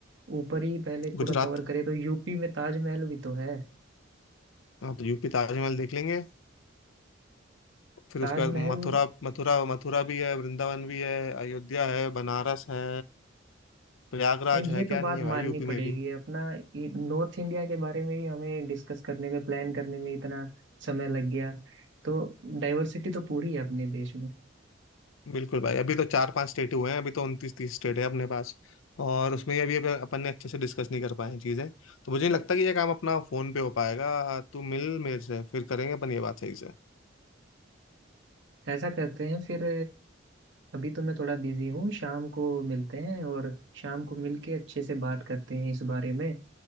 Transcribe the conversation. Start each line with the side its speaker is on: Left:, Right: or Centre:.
Right: ऊपर ही पहले पूरा
Left: गुजरात
Right: कवर करे तो यूपी में ताजमहल भी तो है
Left: हाँ तो यूपी ताजमहल देख लेंगे फिर
Right: ताजमहल
Left: उसके बाद मथुरा मथुरा मथुरा भी है वृंदावन भी है अयोध्या है बनारस है प्रयागराज
Right: ये
Left: है क्या
Right: तो बात
Left: नहीं है भाई
Right: माननी
Left: यूपी में
Right: पड़ेगी
Left: भी
Right: अपना इ- नॉर्थ इंडिया के बारे में ही हमें डिस्कस करने में प्लान करने में इतना समय लग गया तो डाइवर्सिटी तो पूरी है अपने देश में
Left: बिल्कुल भाई अभी तो चार पांच स्टेट हुए हैं अभी तो उनतीस तीस स्टेट है अपने पास और उसमें अभी अभी अपन ने अच्छे से डिस्कस नहीं कर पाए हैं चीजें तो मुझे नहीं लगता कि ये काम अपना फोन पे हो पाएगा तू मिल मेरे से फिर करेंगे अपन ये बात सही से
Right: ऐसा करते हैं फिर अभी तो मैं थोड़ा बिजी हूँ शाम को मिलते हैं और शाम को मिलके अच्छे से बात करते हैं इस बारे में